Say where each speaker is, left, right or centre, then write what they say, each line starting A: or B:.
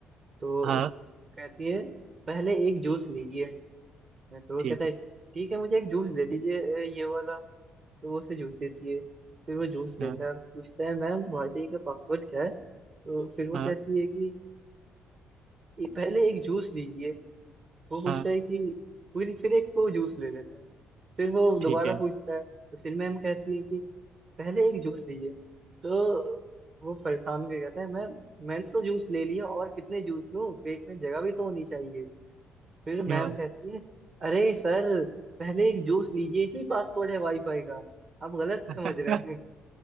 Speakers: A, on the right; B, on the right.
A: तो
B: हाँ
A: कहती है पहले एक जूस लीजिए तो वो
B: ठीक
A: कहता है
B: है
A: ठीक है मुझे एक जूस दे दीजिए अ, ये वाला तो वो उसे जूस देती है फिर वो जूस लेता
B: हाँ
A: है और पूछता है मैम वाईटी का पासवर्ड क्या है तो फिर वो
B: हाँ
A: कहती है कि "ये पहले एक जूस लीजिए वो पूछता
B: हाँ
A: है कि फिर फिर एक वो जूस ले लेता है फिर वो
B: ठीक
A: दोबारा
B: है
A: पूछता है तो फिर मैम कहती है कि पहले एक जूस लीजिए तो वो परेशान होकर कहता है मैम मैंने तो जूस ले लिया और कितने जूस लूं पेट में जगह भी तो होनी चाहिए फिर मैम
B: हाँ।
A: कहती है अरे सर पहले एक जूस लीजिए ही पासवर्ड है वाईफाई का आप गलत समझ
B: <laughs>
A: रहे हैं